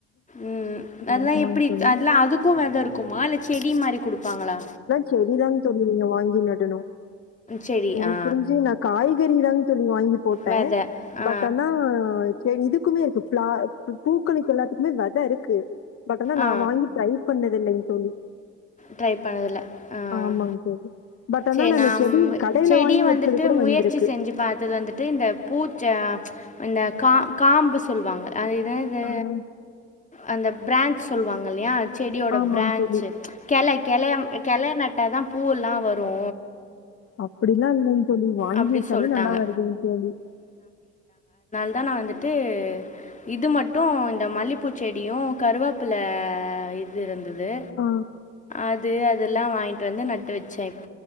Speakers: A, on the left; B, on the left.
A: உம் அதுல்லா
B: ஆமாங்க
A: எப்பிடி
B: தோழி
A: அத்லா அதுக்கு வெதருக் குமா ல செடி மாரி குடுப்பாங்களா
B: செடி தாங் தோழி நீங்க வாங்கி நடனு
A: செடி
B: எனக்
A: ஆ
B: தெரிஞ்சு நா காய்கறி தாங் தோழி வா டே
A: விதை ஆ
B: பட் அனா செ இது க்குமேருக்கு ஃப்ளா பூக்களுக்கெல்லாத்துக்குமே வெத இருக்கு பட் அனா
A: ஆ
B: நா வாங்கி ட்ரை பண்ண தில்லைங்க தோழி
A: ட்ரை பண்ணதுல ஆஹ்
B: ஆமாங்க தோழி பட் ஆனா
A: சேர்
B: நானு
A: நாம்
B: செடி கடையில
A: செடி
B: வாங்கி
A: வந்துட்டு
B: வச்சது கூட
A: முயற்சி
B: வந்திருக்கு
A: செஞ்சு பாத்தது வந்துட்டு இந்த பூச்ச இந்த கா காம்பு சொல்வாங்க ஆயிதா இதூ
B: ஆ
A: அந்தப் ப்ரான்ச் சொல்வாங்கலையா செடியோட
B: ஆமாங்க
A: ப்ரான்சு
B: தோழி
A: கெள கெள யம் கெளய நட்டா தா பூவெல்லா வரு ரூ
B: அப்டிலா இல்லிங் தோழி வாங்கி
A: அப்படி
B: வச்சாலோ
A: சொல்லிட்டாங்க
B: நல்லா வருதுங் தோழி
A: அதா நா வந்துட்டூ இது மட்டூ இந்த மல்லிப்பூச் செடியு கருவப்பில்லா இது இருந்தது
B: ஆ
A: அது அதெல்லா வாங் கிட்டு வந்து நட்டு வச்செ இப்